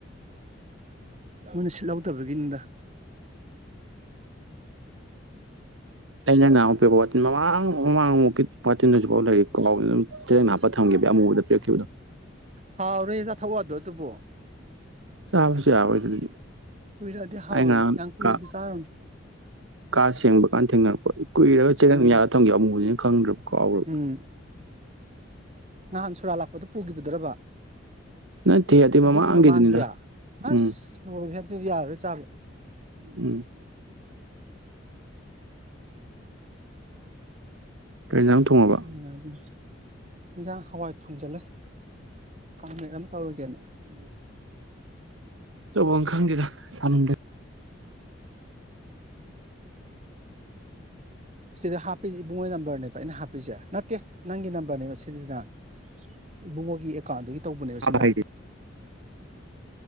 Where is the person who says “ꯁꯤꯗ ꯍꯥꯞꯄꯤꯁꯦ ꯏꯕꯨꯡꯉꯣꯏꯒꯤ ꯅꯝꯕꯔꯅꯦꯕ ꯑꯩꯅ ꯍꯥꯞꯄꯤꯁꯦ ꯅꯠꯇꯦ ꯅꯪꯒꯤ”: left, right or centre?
Right